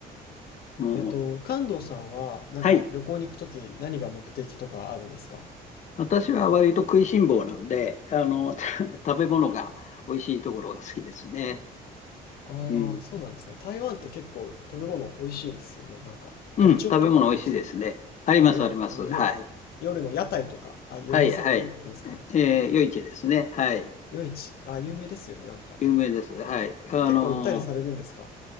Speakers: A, on the left; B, on the left.
A: もう、
B: えっと、関東さんはなんか旅行に行くとき何が目的とかあるんですか
A: はい。私は割と食いしん坊なんで、あの、<laughs> た食べ物が美味しいところが好きですね。
B: ああ、
A: うん。
B: そうなんですね。台湾って結構食べ物美味しいですよね。なんか、
A: うん、
B: ガチョウとかありましたっけ
A: 食べ物美味しいですね。あります、
B: あと、や、
A: あります。
B: あの、よ、
A: はい。
B: 夜の屋台とか、あ、夜店っていうんですかね。
A: はい、はい。えー、夜市ですね。
B: け、
A: はい。
B: 夜市。あ、有名ですよね。なんか。
A: 有名です。はい。あのー
B: 結構行ったりされるんですか